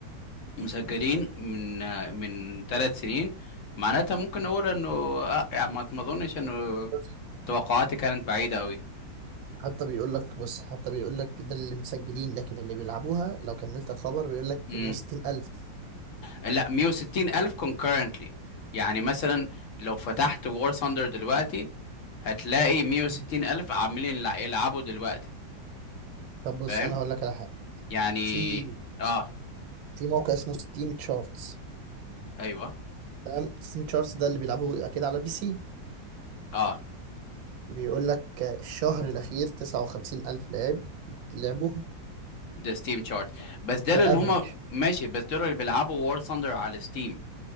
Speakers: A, on the left; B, on the right.
A: مسجلين من آه، من ثلاث سنين معناتها ممكن نقول انه آه يعني ما ما اظنش انه
B: بس
A: توقعاتي كانت بعيدة
B: حتى بيقول لك بص حتى بيقول لك ده اللي مسجلين لكن اللي بيلعبوها لو كملت الخبر بيقول لك
A: قوي
B: 160 ألف
A: لا 160 ألف concurrently يعني مثلا لو فتحت War Thunder دلوقتي هتلاقي 160
B: مم.
A: ألف عاملين يلع- يلعبوا دلوقتي
B: طب بص
A: فاهم
B: انا هقول لك على حاجة
A: يعني
B: في
A: اه
B: في موقع اسمه ستيم تشارتس
A: ايوه
B: تمام ستيم تشارتس ده اللي بيلعبوا اكيد على بي سي
A: اه
B: بيقول لك الشهر الأخير 59000 ألف لاعب لعبوها
A: ده ستيم شارت بس دول
B: ده الأفريج
A: اللي هما ماشي بس دول اللي بيلعبوا War Thunder على ستيم